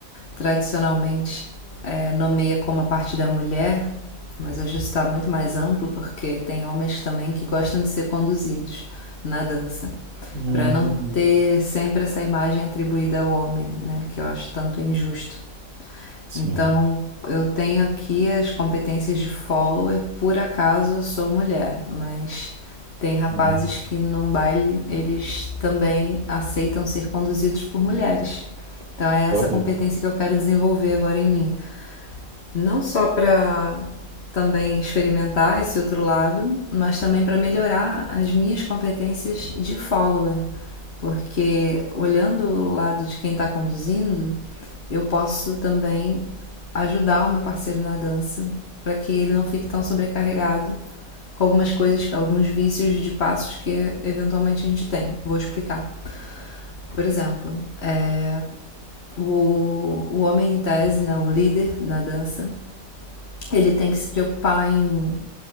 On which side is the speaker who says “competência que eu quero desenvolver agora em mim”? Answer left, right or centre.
Left